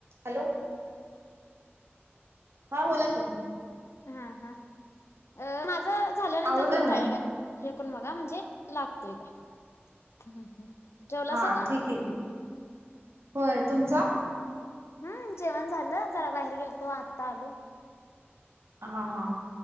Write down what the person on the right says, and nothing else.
हॅलो! हा बोलाकी.
आवरलं
का
नाही
हा ठीक ये, होय तुमचा?
हा हा